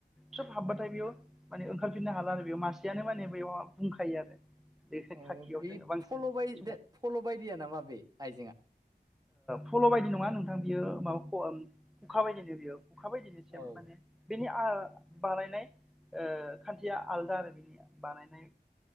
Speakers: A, in the centre; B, on the right (about 20°).
A: सोब हाबबाथाय बेयाव। माने ओंखारफिननो हाला आरो बेयाव मासेयानो माने बेयाव बुंखायो आरो। बे
B: अ
A: खाखियाव
B: बे
A: जोङो बांसिन
B: फल' बाय
A: समाव
B: दे फल' बायदिया नामा बे आइजेंआ।
A: फल' बायदि नङा नोंथां बियो। मा खुखा बायदिनो बेयो खुखा बायदिनोसिम
B: औ
A: माने। बिनि बानायनाय खान्थिया आलदा आरो बिनि बानायनाय।